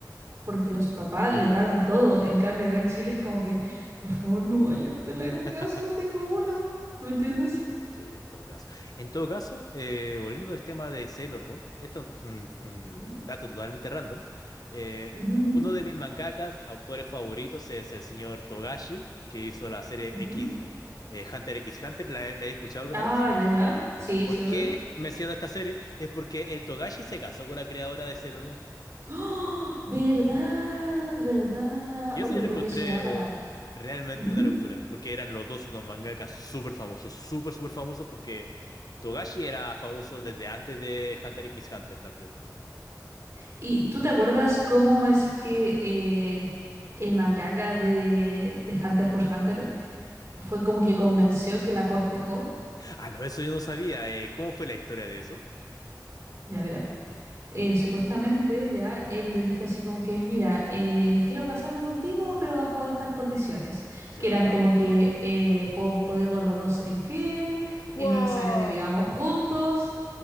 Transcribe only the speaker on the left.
<laughs>
Sí, en todo caso. En todo caso, eh, volviendo al tema de Sailor Moon, esto es un, un
dato totalmente random. eh,
uno de mis mangakas, autores favoritos, es el señor Togashi, que hizo la serie
X, eh, Hunter X Hunter. ¿La, la he escuchado alguna
vez?
Ya, ¿por
qué
menciono esta serie? Es porque el Togashi se casó con la creadora de Sailor Moon.
Y
eso
yo lo
encontré
realmente
una locura, porque eran los dos unos mangakas súper famosos, súper, súper famosos, porque Togashi era famoso desde antes de Hunter x Hunter también.
Ah, no, eso yo no sabía. eh, ¿cómo fue la historia de eso?
Ya.
¡Wow!